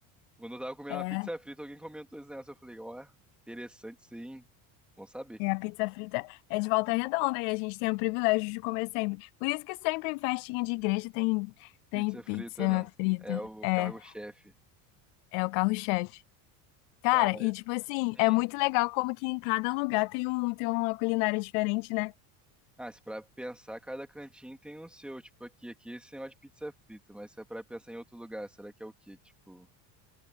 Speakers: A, in the centre; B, on the left (about 75°).
A: Quando eu tava comendo
B: É,
A: uma pizza frita, alguém comentou esse negócio. Eu falei, ó, interessante sim. Bom saber.
B: e a pizza frita é de Volta Redonda e a gente tem o privilégio de comer sempre. Por isso que sempre em festinha de igreja tem,
A: Pizza
B: tem pizza
A: frita, né?
B: frita.
A: É o
B: É,
A: cargo-chefe.
B: é o carro-chefe. Cara,
A: Cara,
B: e tipo assim,
A: hum.
B: é muito legal como que em cada lugar tem um, tem uma culinária diferente, né?
A: Ah, se pra pensar, cada cantinho tem o seu. Tipo, aqui, aqui esse negócio de pizza frita. Mas se é pra pensar em outro lugar, será que é o quê? Tipo,